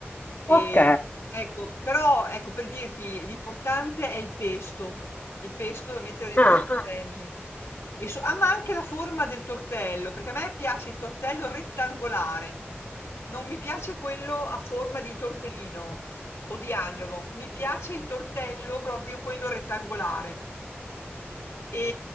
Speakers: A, on the left; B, on the left.
A: E,
B: Ok.
A: ecco, però, ecco, per dirti, l'importante è il pesto, il pesto da mettere dentro
B: Ah,
A: nei tortelli.
B: <laughs>
A: E so- ah, ma anche la forma del tortello, perché a me piace il tortello rettangolare, non mi piace quello a forma di tortellino o di agnolo. Mi piace il tortello, proprio quello rettangolare. E,